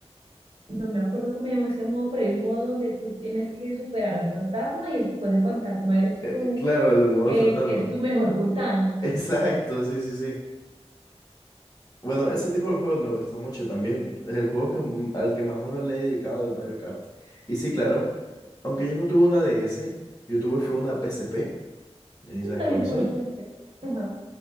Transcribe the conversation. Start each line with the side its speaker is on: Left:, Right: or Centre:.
Right: no me acuerdo cómo se llama este modo, pero hay un modo donde tú tienes que superar al fantasma y después el fantasma eres
Left: Eh,
Right: tú,
Left: Claro, el modo
Right: eh,
Left: del fantasma.
Right: que es tu mejor puntaje.
Left: <laughs> Exacto, sí, sí, sí. Bueno, ese tipo de juegos me gusta mucho también. El juego que, m- al que más horas le he dedicado es Mario Kart. Y sí, claro, aunque yo no tuve una DS, yo tuve fue una PSP, ¿y
Right: Yo
Left: sabes
Right: También
Left: cuáles
Right: tuve
Left: son?
Right: una PSP. Ajá,